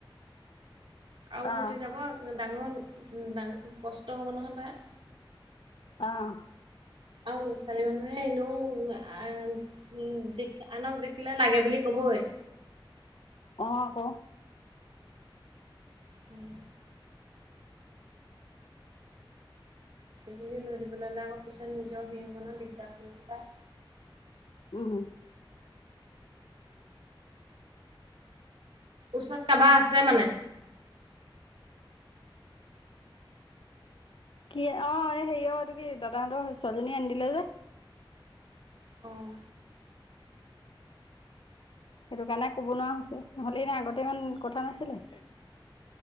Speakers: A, on the right; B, on the left.
A: আৰু
B: আহ
A: সতে <unintelligible> যাব ডাঙৰ ডাঙ কষ্ট হ'ব নহয় তাৰ
B: আহ
A: আৰু ল'ৰা-ছোৱালী মানুহে এনেও <unintelligible> আনক দেখিলে লাগে বুলি কব <inaudible> বৈ।
B: অঁ আক
A: উম। বুলি লৈ দিবলৈ হলে আকৌ পিছত নিজ নিজৰ সেই হ'ব নহয় দিগদাৰ হ'ব নহয়।
B: উম
A: ওচৰত কাবাৰ আছে মানে?
B: কি অ এই হেৰি অ এইটো কি দাদাহঁতৰ ছোৱালীজনী আনি দিলে যে।
A: অঁ
B: সেইটো কাৰণে ক'ব নোৱাৰা হৈছে নহ'লে এনে আগতে ইমান কথা নাছিলে,